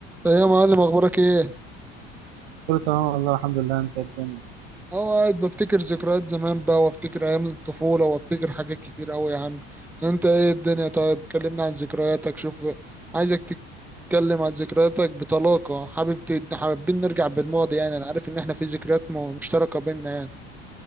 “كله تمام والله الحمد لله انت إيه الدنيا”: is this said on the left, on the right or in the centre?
Right